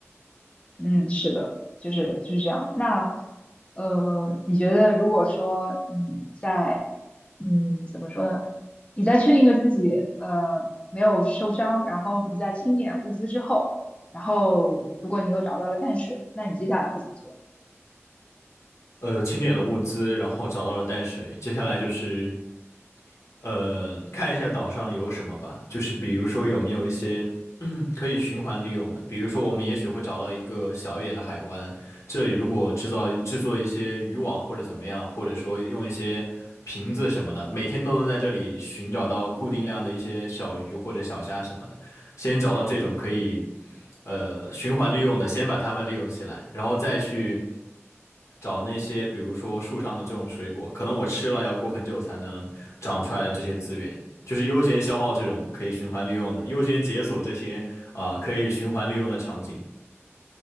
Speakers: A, on the left; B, on the left.
A: 嗯，是的，就是就是这样。那呃，你觉得如果说你在嗯怎么说呢？你在确定了自己呃没有受伤，然后你在清点物资之后，然后如果你又找到了淡水，那你接下来会怎么做呢
B: 呃，清点了物资，然后找到了淡水，接下来就是。呃，看一下岛上有什么吧，就是比如说有没有一些 <clears throat> 可以循环利用的，比如说我们也许会找到一个小一点的海湾，这里如果制造制作一些渔网或者怎么样，或者说用一些瓶子什么的，每天都能在这里寻找到固定量的一些小鱼或者小虾什么的，先找到这种可以。呃循环利用的，先把它们利用起来，然后再去找那些比如说树上的这种水果，可能我吃了要过很久才能长出来的这些资源，就是优先消耗这种可以循环利用的，优先解锁这些啊、呃可以循环利用的场景。